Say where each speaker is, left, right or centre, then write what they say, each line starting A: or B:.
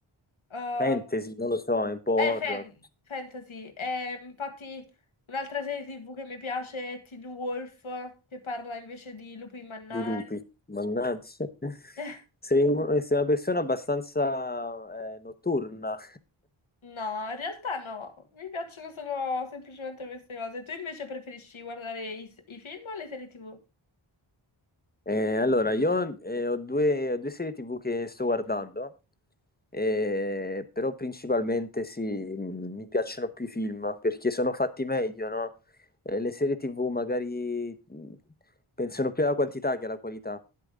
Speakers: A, on the left; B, on the left.
A: Eh,
B: Fantasy, non lo so, è un po' horror
A: Eh, fan- fantasy. Eh, infatti, un'altra serie TV che mi piace è Teen Wolf, che parla invece di lupi mannari.
B: di lupi. Mannaggia. <laughs>
A: <laughs>
B: Sei, un- sei una persona abbastanza eh, notturna,
A: No, in realtà no, mi piacciono solo semplicemente queste cose. Tu invece preferisci guardare i, i film o le serie TV?
B: Eh, allora, io eh, ho due, ho due serie TV che sto guardando, eh, però principalmente sì, mh, mi piacciono più i film perché sono fatti meglio, no? Eh, le serie TV magari mh, pensano più alla quantità che alla qualità,